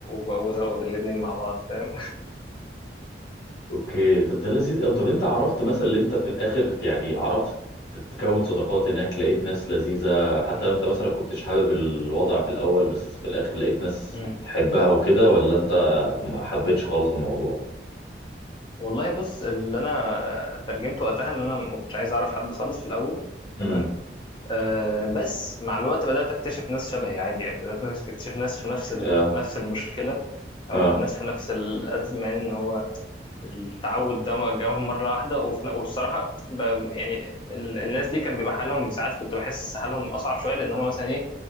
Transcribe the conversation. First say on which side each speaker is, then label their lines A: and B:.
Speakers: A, on the left; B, on the left.
A: وزوغ الاثنين مع بعض فاهم
B: اوكي طب ده لذيذ قوي طب انت عرفت مثلا اللي انت في الاخر يعني عرفت تتكون صداقات هناك لقيت ناس لذيذة حتى
A: مم.
B: لو انت مثلا كنتش حابب الوضع في الاول بس في الاخر لقيت ناس
A: مم.
B: تحبها وكده ولا انت ما حبيتش خالص الموضوع
A: والله بص اللي انا ترجمته وقتها ان انا ما كنتش عايز اعرف حد خالص في الاول
B: امم
A: تمام أه بس مع الوقت بدأت أكتشف ناس شبهي عادي يعني بدأت ناس- أكتشف ناس في نفس ال...
B: اه
A: نفس المشكلة أو
B: اه
A: ناس في نفس الأزمة يعني إن هو التعود ده ما جاهم مرة واحدة وفي... والصراحة ب... يعني ال... الناس دي كان بيبقى حالهم ساعات كنت بحس حالهم أصعب شوية لأن هم مثلا إيه